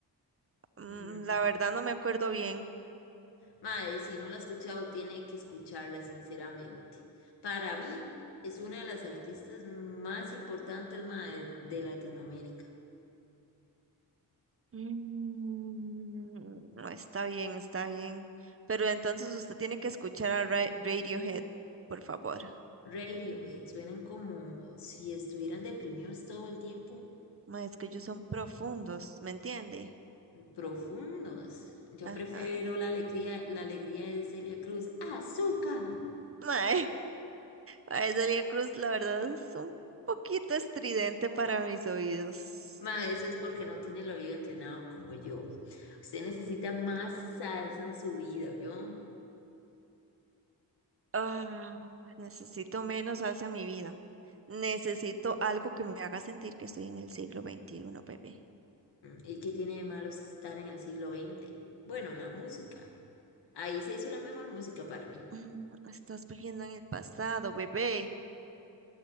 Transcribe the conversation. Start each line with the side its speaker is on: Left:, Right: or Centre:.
Right: Mm,
Left: Mm,
Right: la verdad no me acuerdo bien.
Left: Madre, si no la ha escuchado, tiene que escucharla, sinceramente. Para mí, es una de las artistas más importantes, madre, de Latinoamérica.
Right: Mm, no, está bien, está bien. Pero entonces usted tiene que escuchar a Ra- Radiohead, por favor.
Left: Radiohead suenan como si estuvieran deprimidos todo el tiempo,
Right: Ma, es que ellos son profundos, ¿me entiende?
Left: profundos. Yo
Right: Ajá.
Left: prefiero la alegría, la alegría de Celia Cruz. ¡Azúcar!
Right: <laughs> Ma, Ay, Celia Cruz, la verdad es un poquito estridente para mis oídos.
Left: Ma, eso es porque no tiene el oído entrenado como yo. Usted necesita más salsa en su vida, yo.
Right: Ah, necesito menos salsa en mi vida. Necesito algo que me haga sentir que estoy en el siglo veintiuno, bebé.
Left: ¿y qué tiene de malo estar en el siglo XX? Bueno, en la música. Ahí se hizo la mejor música para mí.
Right: Mm, Estás viviendo en el pasado, bebé,